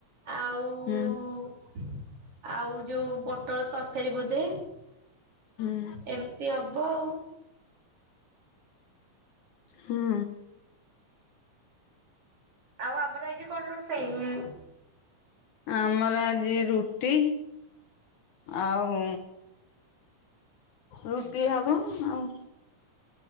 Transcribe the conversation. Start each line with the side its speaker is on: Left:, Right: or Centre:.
Right: ଆଉ
Left: ହୁଁ
Right: ଆଉ ଯଉ ପୋଟଳ ତରକାରୀ ବୋଧେ।
Left: ହୁଁ
Right: ଏମିତି ହବ ଆଉ।
Left: ହୁଁ।
Right: ଆଉ ଆମର ଆଜି କଣ ରୋଷେଇ?
Left: ଆମର ଆଜି ରୁଟି ଆଉ ରୁଟି ହବ ଆଉ